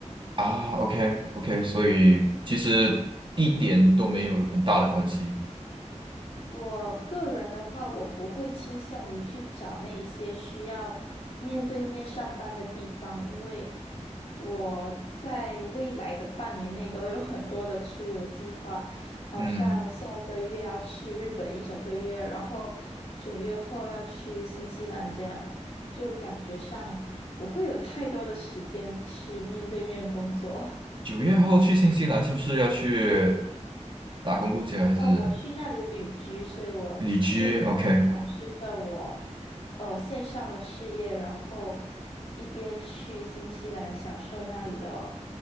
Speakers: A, on the right; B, on the left.
A: 啊？OK OK，所以其实一点都没有很大的关系。
B: 我个人的话，我不会倾向于去找那一些需要面对面上班的地方，因为我在未来的半年内都有很多的出游计划，好像下一个月要去日本一整个月，
A: 嗯，
B: 然后九月后要去新西兰，这样就感觉上不会有太多的时间去面对面工作。
A: 九月后去新西兰是不是要去打工度假还是
B: 哦，我去那里旅居，所以我就一边从事着我
A: 旅居？OK，
B: 呃线上的事业，然后一边去新西兰享受那里的